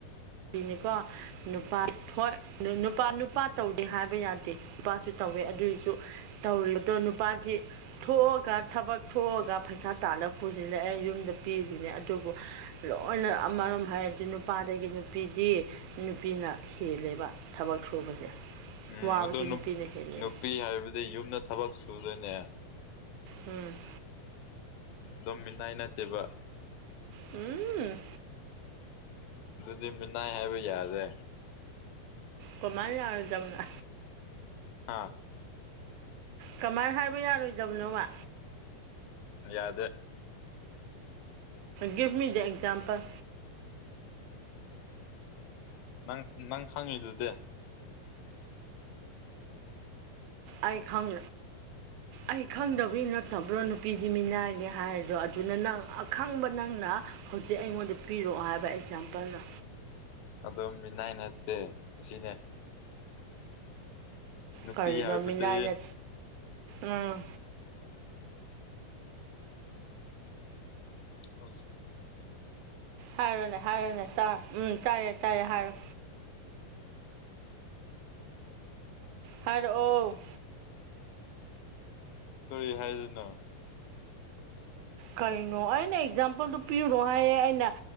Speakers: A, on the right; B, on the left.
A: ꯅꯤꯀꯣ ꯅꯨꯄꯥ ꯍꯣꯏ ꯅꯨ ꯅꯨꯄꯥ ꯇꯧꯗꯦ ꯍꯥꯏꯕ ꯌꯥꯗꯦ ꯅꯨꯄꯥꯁꯨ ꯇꯧ ꯇꯧꯋꯦ ꯑꯗꯨꯏꯁꯨ ꯇꯧꯔꯤꯕꯗꯣ ꯅꯨꯄꯥꯁꯤ ꯊꯣꯛꯑꯒ ꯊꯕꯛꯑꯒ ꯄꯩꯁꯥ ꯇꯥꯜ ꯄꯨꯁꯤꯅ ꯑꯩ ꯌꯨꯝꯗ ꯄꯤꯔꯤꯁꯤꯅꯦ ꯑꯗꯨꯕꯨ ꯂꯣꯏꯅ ꯑꯃꯔꯣꯝ ꯍꯥꯏꯔꯗꯤ ꯅꯨꯄꯥꯗꯒꯤ ꯅꯨꯄꯤꯗꯤ ꯅꯨꯄꯤꯅ ꯍꯦꯜꯂꯦꯕ ꯊꯕꯛ ꯁꯨꯕꯁꯦ
B: ꯎꯝ
A: ꯋꯥꯕꯁꯨ
B: ꯑꯗ
A: ꯅꯨꯄꯤꯅ ꯍꯦꯜꯂꯦꯕ
B: ꯅꯨꯄꯤ ꯍꯥꯏꯕꯗꯤ ꯌꯨꯝꯗ ꯊꯕꯛ ꯁꯨꯗꯣꯏꯅꯦ
A: ꯎꯝ
B: ꯗꯣꯃꯤꯅꯥꯏ ꯅꯠꯇꯦꯕ
A: ꯎꯝ
B: ꯑꯗꯨꯗꯤ ꯃꯤꯅꯥꯏ ꯍꯥꯏꯕ ꯌꯥꯔꯦ
A: ꯀꯃꯥꯏꯔ ꯆꯝꯅ
B: ꯍꯥꯥ
A: ꯀꯃꯥꯏꯅ ꯍꯥꯏꯕ ꯌꯥꯔꯣꯏꯗꯕꯅꯣꯃ
B: ꯌꯥꯗꯦ
A: ꯒꯤꯞ ꯃꯤꯗꯤ ꯑꯦꯛꯖꯝꯄꯜ
B: ꯅꯪ ꯅꯪ ꯍꯪꯉꯤꯗꯨꯗꯤ
A: ꯑꯩ ꯈꯪ ꯑꯩ ꯈꯪꯗꯕꯒꯤ ꯅꯠꯇꯕ꯭ꯔꯣ ꯅꯨꯄꯤꯗꯤ ꯃꯤꯅꯥꯏꯅꯦ ꯍꯥꯏꯔꯗꯣ ꯑꯗꯨꯅ ꯅꯪ ꯑꯈꯪꯕ ꯅꯪ ꯈ ꯍꯧꯖꯤꯛ ꯑꯩꯉꯣꯟꯗ ꯄꯤꯔꯛꯑꯣ ꯍꯥꯏꯕ ꯑꯦꯛꯖꯥꯝꯄꯜꯗ
B: ꯑꯗꯨꯝ ꯃꯤꯅꯥꯏ ꯅꯠꯇꯦ ꯑꯁꯤꯅꯦ ꯅꯨꯄꯤ
A: ꯀꯔꯤꯅꯃꯤꯅꯅ
B: ꯍꯥꯏꯕꯗꯤ
A: ꯎꯝ
B: ꯍꯣꯏꯁ
A: ꯍꯥꯏꯔꯣꯅꯦ ꯍꯥꯏꯔꯣꯅꯦ ꯎꯝ ꯇꯥꯏꯌꯦꯦ ꯇꯥꯏꯌꯦꯦ ꯍꯥꯏꯔꯣ ꯍꯥꯏꯔ ꯑꯣ
B: ꯀꯔꯤ ꯍꯥꯏꯗꯅꯣ
A: ꯀꯩꯅꯣ ꯑꯩꯅ ꯑꯦꯛꯖꯥꯝꯄꯜꯗꯨ ꯄꯤꯔꯨꯔꯣ ꯍꯥꯏꯌꯦ ꯑꯩꯅ